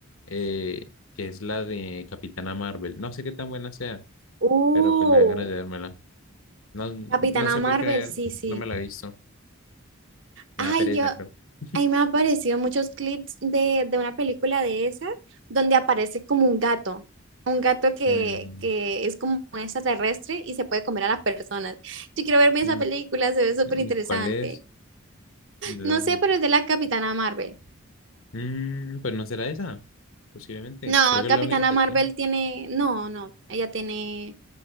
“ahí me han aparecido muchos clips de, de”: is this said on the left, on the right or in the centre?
Right